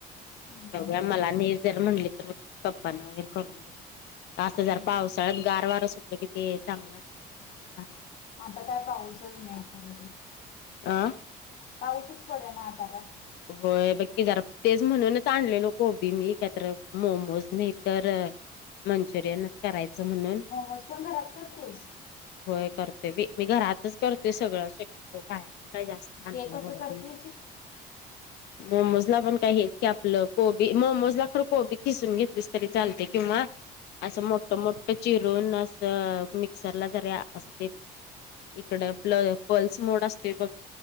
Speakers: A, on the left; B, on the left.
A: हम्म
B: <unintelligible> जर म्हणली तर पप्पांना वैगरे करून द्यायच. आस
A: हम्म
B: जर पावसाळ्यात गार वार सुटलं क ते चांगलं वाटते. <unintelligible>
A: आता काय पाऊसच नाही खरं तर,
B: आ..
A: पाऊसच पडना आता काय,
B: होय, बघ की जरा तेच म्हणूनच आणलेलो कोबी मी कायतर मोमोज नाही तर, मंचुरियनच करायचं म्हणून,
A: मोमोज पण घरात करतेस?
B: होय करते बाई. मी घरातच करते सगळं शक्यतो, बाहेरच काय जास्त आणायला
A: ते कसं
B: बघत
A: करतेस?
B: नाही. मोमोजला पण काय हेच की, आपलं कोबी मोमोज ला खरं कोबी खिसून घेतलीस तरी चालते किंवा, असं मोठं मोठं चिरून असं मिक्सरला जरी असं ते, इकड पल पल्स मोड असतोय बघ